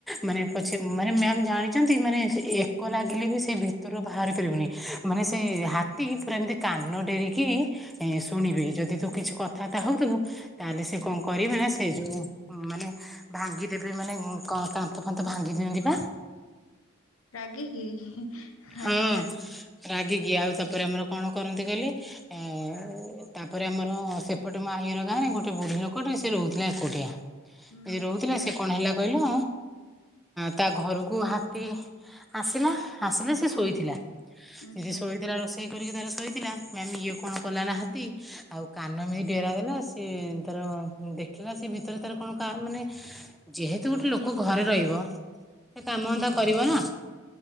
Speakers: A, in the centre; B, on the left.
A: ମାନେ ପଛେ ମାନେ ମ୍ୟାାମ ଜାଣିଛନ୍ତି ମାନେ ଏକ ଲାଗିଲେ ବି ସେ ଭିତରୁ ବାହାରି ପାରିବୁନି। ମାନେ ସେ ହାତୀ ପୁରା ଏମିତି କାନ ଡେରିକି ଏ ଶୁଣିବେ, ଯଦି ତୁ କିଛି କଥାବାର୍ତ୍ତା ହଉଥିବୁ ତାହେଲେ ସେ କଣ କରିବେ ନା ସେ ଯୋଉ ମାନେ ଭାଙ୍ଗିଦେବେ ମାନେ କ କାନ୍ଥ - ଫାନ୍ଥ ଭାଙ୍ଗି ଦିଅନ୍ତି ବା।
B: ରାଗିକି
A: ହଁ
B: ଆଚ୍ଛା।
A: ରାଗିକି। ଆଉ ତାପରେ ଆମର କଣ କରନ୍ତି କହିଲେ ତାପରେ ଆମର ସେପଟେ ମୋ ଆଈ ଘର ଗାଁ ରେ ଗୋଟେ ବୁଢ଼ୀ ଲୋକଟେ ସେ ରହୁଥିଲା ଏକୁଟିଆ। ଯଦି
B: ହୁଁ
A: ରହୁଥିଲା ସେ କଣ ହେଲା କହିଲ। ତା ଘରକୁ ହାତୀ ଆସିଲା ଆସିଲା ସେ ଶୋଇଥିଲା।
B: ହୁଁ ଆଚ୍ଛା
A: ଯଦି ଶୋଇଥିଲା ରୋଷେଇ କରିକି ତାର ଶୋଇଥିଲା ମ୍ୟାମ୍ ଇଏ କଣ କଲା ନା ହାତୀ ଆଉ କାନ ଏମିତି ଡେରା ଦେଲା ସିଏ ତାର ଦେଖିଲା ସେ ଭିତରେ ତାର କଣ ମାନେ ଯେହେତୁ ଗୋଟେ ଲୋକ ଘରେ ରହିବ ସେ କାମ
B: ହୁଁ
A: ଧନ୍ଦା କରିବ ନା।